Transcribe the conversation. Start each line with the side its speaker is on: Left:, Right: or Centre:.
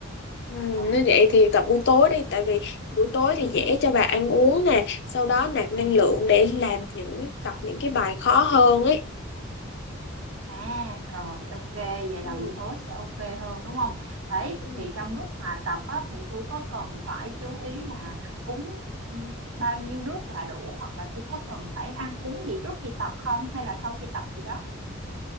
Left: Ừ,
Right: ừ.
Left: nếu vậy
Right: Nhưng
Left: thì tập
Right: mà,
Left: buổi tối đi tại vì buổi tối thì dễ cho bà ăn uống nè sau đó nạp năng lượng để
Right: ừ.
Left: làm những tập những cái bài khó hơn ấy
Right: À rồi ok vậy
Left: ừ.
Right: là buổi tối sẽ ok hơn đúng không? Đấy
Left: ừ.
Right: thì trong lúc mà tập á, thì tôi có cần phải chú ý là uống ừ, bao nhiêu nước là đủ hoặc là tôi có cần phải ăn uống gì trước khi tập không hay là sau khi tập gì đó?